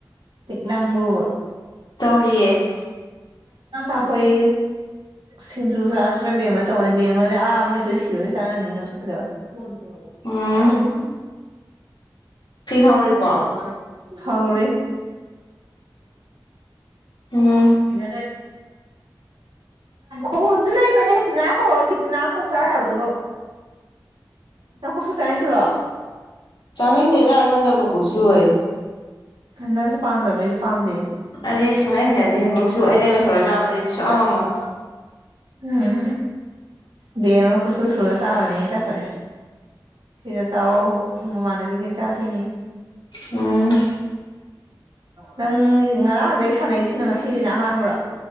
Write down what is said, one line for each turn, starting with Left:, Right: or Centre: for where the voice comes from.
Right: ꯅꯪꯝꯕꯨ
Left: ꯇꯧꯔꯤꯌꯦ
Right: ꯑ ꯍꯣꯏ ꯁꯤꯡꯖꯨ ꯆꯥꯁꯤꯔꯥ ꯕꯦꯝ ꯑꯃ ꯇꯧꯅꯤ ꯕꯦꯝ ꯑꯃ ꯑꯥ ꯃꯣꯏꯁꯨ ꯁꯤꯔꯣꯏ ꯆꯥꯅꯅꯤ ꯅ ꯆꯠꯀꯗꯔ ꯍꯣꯏ
Left: ꯎꯝ ꯐꯤ ꯍꯧꯔꯤꯕꯣ
Right: ꯍ ꯎꯔꯦ ꯍ
Left: ꯎꯝ
Right: ꯁꯤ <inaudible> ꯍꯣꯟꯁꯨ ꯂꯩꯕꯅꯦ ꯇꯤꯅꯥ ꯀꯧꯔ ꯀꯈꯤꯇꯤꯅꯥ ꯀꯣꯛꯆꯥ ꯍꯥꯏꯕꯗꯣ ꯅ ꯈꯁꯤ ꯆꯥꯏꯟ꯭ꯔꯣ
Left: ꯆꯥꯅꯤꯡꯗꯦꯗ ꯑꯩꯉꯣꯟꯗ ꯄꯨꯕꯨꯀꯣꯛ ꯁꯍꯦ
Right: ꯍꯅꯁꯨ ꯄꯝꯗꯕ ꯑꯩꯁꯨ ꯄꯝꯗꯦ
Left: ꯑꯗꯨꯗꯤ ꯁꯨꯡꯍꯩ ꯍꯩꯅꯗꯦ ꯍꯦꯟꯀꯣꯛꯁꯨ ꯑꯩꯅꯒ ꯁꯣꯔ ꯆꯥꯕꯗꯗꯤ ꯁꯨꯡꯑꯉꯝꯃꯣ
Right: ꯎꯝ ꯑ ꯑꯃ ꯀꯆꯁꯨ ꯁꯨꯔ ꯆꯥꯔꯅꯤ ꯇꯈꯣꯏ ꯐꯁꯥ ꯑꯣꯕ ꯃꯃꯥꯟꯅꯕꯤ ꯀꯩ ꯆꯥꯗꯣꯏ ꯃꯤ
Left: ꯎꯝ
Right: ꯅꯪꯒꯤ ꯉꯔꯥꯡꯗꯩ ꯁꯥꯟꯅꯔꯤꯁꯤꯅ ꯉꯁꯤꯗꯤꯅ ꯑꯍꯥꯟꯕ꯭ꯔꯣ